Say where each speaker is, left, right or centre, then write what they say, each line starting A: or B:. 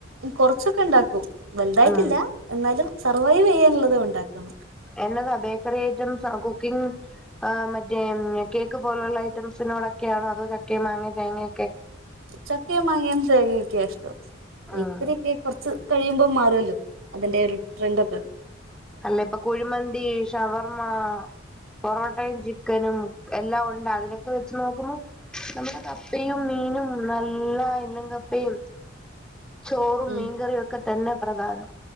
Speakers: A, on the right; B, in the centre.
A: കൊറച്ചൊക്കെ ഇണ്ടാക്കും വലുതായിട്ടില്ല.
B: ഉം
A: എന്നാലും സർവൈവ് ചെയ്യാനുള്ളത് ഉണ്ടാക്കുന്നു.
B: എന്നതാ ബേക്കറി ഐറ്റംസ് ആ കുക്കിംഗ് ആ മറ്റേ കേക്ക് പോലുള്ള ഐറ്റംസിനോടൊക്കെയാണോ? അതോ ചക്ക, മാങ്ങ, തേങ്ങൊക്കെ
A: ചക്കയും, മാങ്ങിയും തേങ്ങ ക്കെ ഇഷ്ടം.
B: ഉം
A: ഇക്കരി കിട്ടായ കുറച്ച് കഴിയുമ്പോ മാറുമല്ലോ?. അതിന്റെ ഒരു ട്രെൻഡ് ഒക്ക്
B: അല്ലേ ഇപ്പൊ കുഴിമന്തി, ഷവർമ്മ, പൊറോട്ടയും ചി ചിക്കനും എല്ലാം ഉണ്ട്. അതിലൊക്കെ വെച്ച് നോക്കുമ്മം നമ്മുടെ കപ്പയും, മീനും, നല്ല എല്ലു കപ്പയും. ചോറും
A: ഉം
B: മീൻകറിയും ഒക്കെ തന്നെ പ്രധാനം.